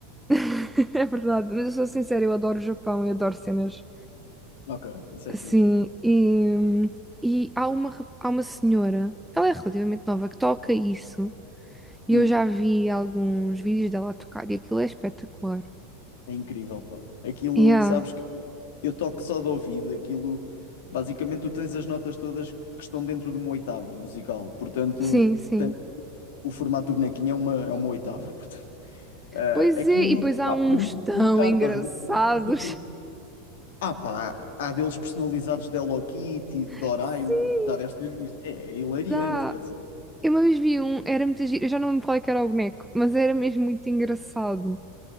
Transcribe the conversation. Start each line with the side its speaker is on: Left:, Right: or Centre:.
Centre: <laughs> é verdade. Mas eu sou sincera, eu adoro o Japão e adoro cenas
Left: Ok, isso
Centre: assim.
Left: é fixe.
Centre: E, e há uma, rap- há uma senhora, ela é relativamente nova, que toca isso. E
Left: Hum,
Centre: eu já vi alguns vídeos dela a tocar e aquilo é espetacular.
Left: é incrível, pá. Aquilo,
Centre: Yeah,
Left: sabes que eu toco só de ouvido, aquilo, basicamente tu tens as notas todas que estão dentro de uma oitava musical, portanto,
Centre: sim, sim.
Left: tem- o formato do bonequinho é uma, é uma oitava, <laughs> portanto. Ah,
Centre: Pois
Left: aquilo,
Centre: é, e depois há
Left: pá,
Centre: uns
Left: permite
Centre: tão
Left: brincar,
Centre: engraçados.
Left: estás a ver? Permite fazer tudo. Ah pá, há deles personalizados de Hello Kitty,
Centre: <laughs>
Left: de Doraemon,
Centre: Sim,
Left: já deves ter visto. É, é hilariante,
Centre: já.
Left: quer dizer,
Centre: Eu uma vez vi um, era muito giro, eu já não lembro qual é que era o boneco, mas era mesmo muito engraçado.